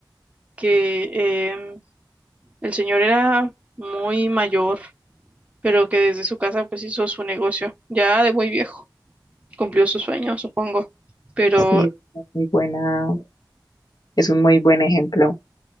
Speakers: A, on the right; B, on the left.
A: que em, El señor era muy mayor, pero que desde su casa pues hizo su negocio, ya de muy viejo, cumplió su sueño, supongo. Pero
B: Sí, es una muy buena, es un muy buen ejemplo.